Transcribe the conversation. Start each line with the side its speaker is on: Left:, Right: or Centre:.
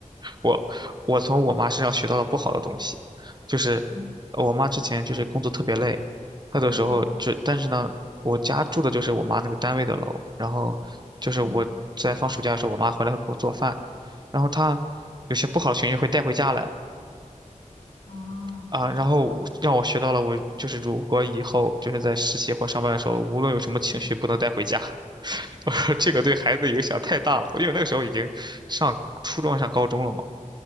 Right: 我我从我妈身上学到了不好的东西，就是呃我妈之前就是工作特别累，
Left: 嗯
Right: 她的时候就但是呢，
Left: 嗯
Right: 我家住的就是我妈那个单位的楼，然后就是我在放暑假的时候，
Left: 嗯
Right: 我妈回来会给我做饭，然后她有些不好的情绪会带回家来
Left: 啊。
Right: 啊，然后我让我学到了我就是如果以后就是在实习或上班的时候，无论有什么情绪不能带回家，<laughs> 我说这个对孩子影响太大了，因为那个时候已经上初中上高中了嘛。